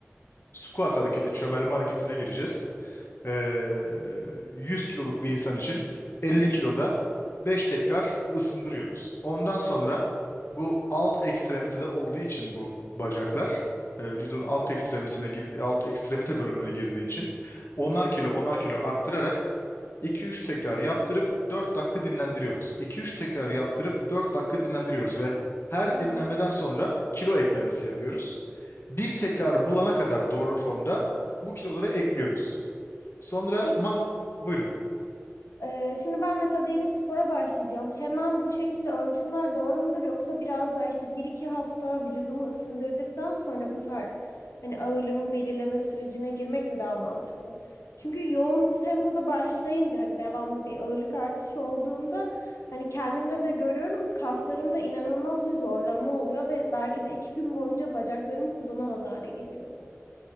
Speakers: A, on the left; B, on the left.
A: Squat hareketi, çömelme hareketine gireceğiz. Ee, 100 kiloluk bir insan için 50 kiloda 5 tekrar ısındırıyoruz. Ondan sonra bu alt ekstremitede olduğu için bu bacaklar e, vücudun alt ekstremisine gir- alt ekstremite bölümüne girdiği için onar kilo onar kilo arttırarak 2-3 tekrar yaptırıp 4 dakika dinlendiriyoruz. 2-3 tekrar yaptırıp 4 dakika dinlendiriyoruz ve her
B: Hmm,
A: dinlenmeden
B: o-
A: sonra kilo eklemesi yapıyoruz bir tekrarı bulana kadar doğru formda bu kiloları ekliyoruz. Sonra
B: Peki
A: mak buyurun.
B: Ee, şimdi ben mesela diyelim spora başlayacağım. Hemen bu şekilde ölçümler doğru mudur yoksa biraz daha işte bir iki hafta vücudumu ısındırdıktan sonra bu tarz hani ağırlığımı belirleme sürecine girmek mi daha mantıklı? Çünkü yoğun tempoda başlayınca hani devamlı bir ağırlık artışı olduğunda hani kendimde de görüyorum kaslarımda inanılmaz bir zorlama oluyor ve belki de iki gün boyunca bacaklarımı kullanamaz hale geliyorum.